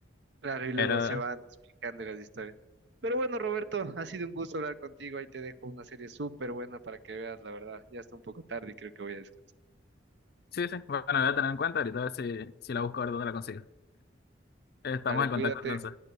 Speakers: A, on the right; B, on the left.
A: Claro, y luego
B: Pero
A: se van explicando las historias. Pero bueno, Roberto, ha sido un gusto hablar contigo. Ahí te dejo una serie súper buena para que veas, la verdad. Ya está un poco tarde y creo que voy a descansar.
B: sí, sí, bueno, la voy a tener en cuenta ahorita a ver si, si la busco a ver dónde la consigo. Estamos
A: Dale,
B: en
A: cuídate.
B: contacto entonces.